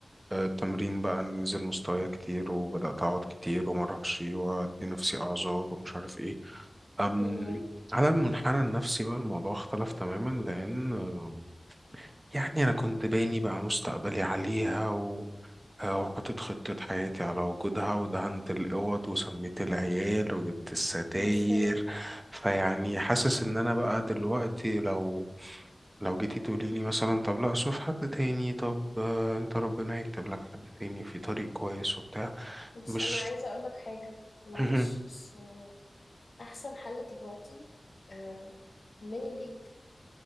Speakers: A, on the right (about 20°); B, on the left (about 70°).
A: آه، التمرين بقى نزل مستوايا كتير وبدات اقعد كتير وما اروحش وادي نفسي اعذار ومش عارف ايه أم
B: مهم.
A: على المنحنى النفسي بقى الموضوع اختلف تماما لان آم، يعني انا كنت باني بقى مستقبلي عليها آه، وحطيت خطة حياتي على وجودها ودهنت الأوض وسميت العيال وجبت الستاير
B: مفهوم
A: فيعني
B: مم.
A: حاسس إن أنا بقى دلوقتي لو لو جيتي تقولي لي مثلا طب لا شوف حد تاني طب آه، أنت ربنا يكتب لك حد تاني في طريق كويس وبتاع
B: بس
A: مش
B: أنا عايزة أقول لك حاجة معلش
A: <clears throat> مهم.
B: بس آه، أحسن حل دلوقتي آه، مني ليك